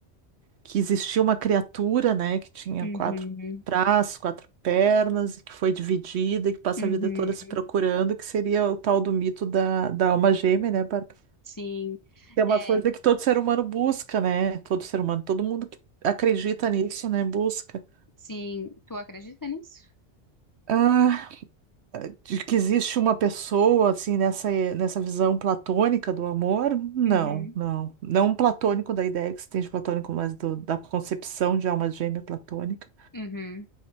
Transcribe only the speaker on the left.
Uhum,
uhum.
Sim,
é,
sim. Tu acredita nisso?
Uhum,
uhum.